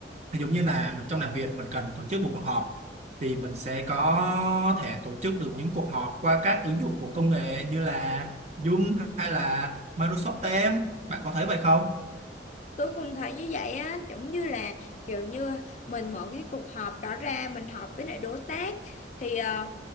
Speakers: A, on the right; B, on the left.
A: giống như là mình trong làm việc mình cần tổ chức một cuộc họp thì mình sẽ có thể tổ chức được những cuộc họp qua các ứng dụng của công nghệ như là Zoom hay là Microsoft Teams bạn có thấy vậy không
B: tôi cũng thấy như vậy á giống như là kiểu như mình mở cái cuộc họp đó ra mình họp với lại đối tác thì ờ,